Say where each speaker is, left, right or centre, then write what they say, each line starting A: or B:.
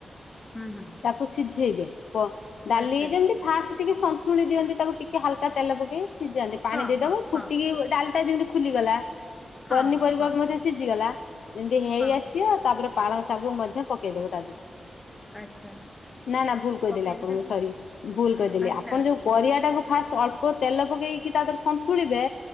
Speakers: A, on the left; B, on the left.
A: ହୁଁ ହୁଁ
B: ତା କୁ ସିଝେଇବେ ପ ଡାଲି
A: ଆଚ୍ଛା
B: ଯେମିତି ଫାଷ୍ଟେ ଟିକେ ସନ୍ତୁଳି ଦିଅନ୍ତି ତାକୁ ଟିକେ ହାଲକା ତେଲ ପକେଇ ସିଜାନ୍ତି। ପାଣି
A: ହଁ
B: ଦେଇଦବ
A: ହଁ ହଁ।
B: ଫୁଟିକି ଡାଲିଟା ଯେମିତି ଖୁଲିଗଲା
A: ହଁ
B: ପନିପରିବା
A: ହଁ ହଁ
B: ମଧ୍ୟ
A: ହଁ
B: ସିଜିଗଲା ଯେମତି ହେଇ
A: ହଁ
B: ଆସିବ ତାପରେ ପାଳଙ୍ଗ ଶାଗକୁ ମଧ୍ୟ ପକେଇଦବ ତା ଦେହରେ।
A: ଆଚ୍ଛା
B: ନା ନା ଭୁଲ କହିଦେଲି
A: ପକେଇଦେଲେ
B: ଆପଣଙ୍କୁ ସରି ଭୁଲ କହିଦେଲି।
A: ଆଚ୍ଛା
B: ଆପଣ ଯୋଉ ପରିବା ଟାକୁ ଫାଷ୍ଟ ଅଳ୍ପ ତେଲ ପକେଇକି ତା ଦେହରେ ସନ୍ତୁଳିବେ